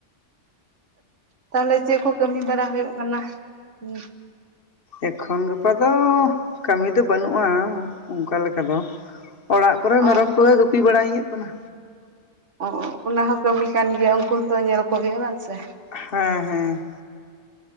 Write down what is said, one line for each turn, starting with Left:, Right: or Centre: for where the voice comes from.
Right: ᱛᱟᱦᱚᱞᱮ ᱪᱮᱫ ᱠᱚ ᱠᱟᱹᱢᱤ ᱵᱟᱲᱟ ᱦᱩᱭᱩᱜ ᱠᱟᱱᱟ ᱦᱩ?
Left: ᱮᱠᱷᱚᱱ ᱜᱟᱯᱟ ᱫᱚ ᱠᱟᱹᱢᱤ ᱫᱚ ᱵᱟᱹᱱᱩᱜᱼᱟ ᱚᱱᱠᱟ ᱞᱮᱠᱟ ᱫᱚ᱾ ᱚᱲᱟᱜ ᱠᱚᱨᱮ
Right: ᱚ
Left: ᱢᱮᱨᱚᱢ ᱠᱚᱜᱮ ᱜᱩᱯᱤ ᱵᱟᱲᱟᱭ ᱦᱩᱭᱩᱜ ᱠᱟᱱᱟ᱾
Right: ᱚ ᱚᱱᱟ ᱦᱚᱸ ᱠᱟᱹᱢᱤ ᱠᱟᱱ ᱜᱮᱭᱟ ᱩᱱᱠᱩ ᱦᱚᱸᱛᱚ ᱧᱮᱞ ᱠᱚ ᱦᱩᱭᱩᱜᱼᱟ ᱵᱟᱝ ᱥᱮ
Left: ᱦᱮᱸ ᱦᱮᱸ